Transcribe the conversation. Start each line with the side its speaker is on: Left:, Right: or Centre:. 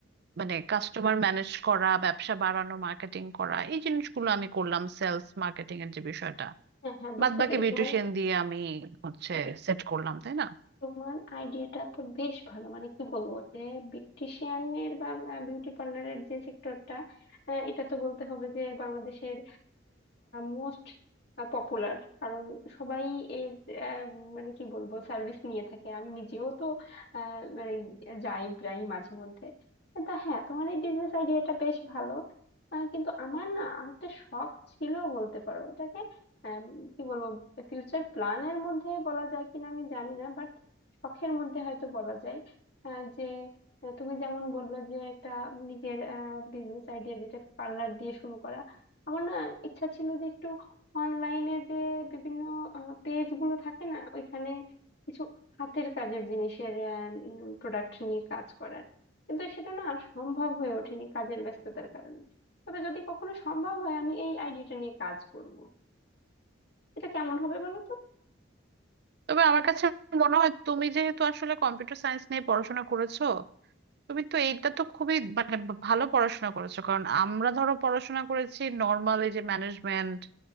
Right: মানে কাস্টমার ম্যানেজ করা ব্যবসা বাড়ানো মার্কেটিং করা এই জিনিসগুলো আমি করলাম সেলস মার্কেটিং এর যে বিষয়টা
Left: হ্যাঁ হ্যাঁ বুঝতে
Right: বাদ বাকি
Left: পেরেছি
Right: বিউটিশিয়ান
Left: মানে
Right: দিয়ে আমি হচ্ছে সেট করলাম তাই না
Left: তোমার আইডিয়াটা তো বেশ ভালো মানে কি বলবো যে বিউটিশিয়ানের বা বিউটি পার্লারের যে সেক্টরটা এটা তো বলতে হবে যে বাংলাদেশের মোস্ট পপুলার কারণ সবাই এর আহ, মানে কি বলবো সার্ভিস নিয়ে থাকে আমি নিজেও তো আহ, মানে যাই প্রায় মাঝে মধ্যে তা হ্যাঁ তোমার এই বিজনেস আইডিয়াটা বেশ ভালো আহ, কিন্তু আমার না আরেকটা শখ ছিল বলতে পারো এটাকে আম, কি বলবো ফিউচার প্ল্যানের মধ্যে বলা যায় কিনা আমি জানি না শখের মধ্যে হয়তো বলা যায় আহ, যে আহ, তুমি যেমন বললে যে একটা নিজের বিজনেস আইডিয়া যেটা পার্লার দিয়ে শুরু করা আমার না ইচ্ছা ছিল যে একটু অনলাইনে যে বিভিন্ন পেজ গুলো থাকে না ওইখানে কিছু হাতের কাজের জিনিসের প্রোডাক্ট নিয়ে কাজ করার কিন্তু সেটা না আর সম্ভব হয়ে ওঠেনি কাজের ব্যস্ততার কারণে তবে যদি কখনো সম্ভব হয় আমি এই আইডিটা নিয়ে কাজ করব এটা কেমন হবে বলো তো
Right: তবে আমার কাছে মনে হয় তুমি যেহেতু আসলে কম্পিউটার সায়েন্স নিয়ে পড়াশোনা করেছো তুমি তো এইটা তো খুবই মানে ভা- ভালো পড়াশোনা করেছো কারণ আমরা ধরো পড়াশোনা করেছি নর্মাল এই যে ম্যানেজমেন্ট